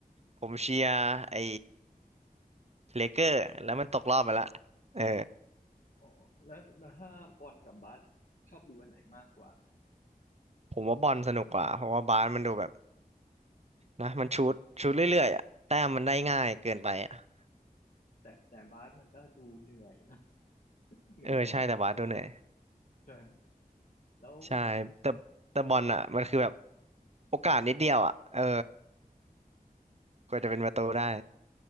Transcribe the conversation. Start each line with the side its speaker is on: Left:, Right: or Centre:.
Right: ผมเชียร์ไอ้เลเกอร์แล้วมันตกรอบไปละเออ
Left: อ๋อแล้วแล้วถ้าบอลกับบาสชอบดูอันไหนมากกว่า
Right: ผมว่าบอลสนุกกว่าเพราะว่าบาสมันดูแบบนะมันชูตชูตเรื่อยๆอะแต้มมันได้ง่ายเกินไปอะ
Left: แต่แต่บาสมันก็ดูเหนื่อยนะ <laughs> เหนื่อยกว่าบอลนะ
Right: เออใช่แต่บาสดูเหนื่อย
Left: ใช่แล้ว
Right: ใช่แต่แต่บอลอ่ะมันคือแบบโอกาสนิดเดียวอ่ะเออกว่าจะเป็นประตูได้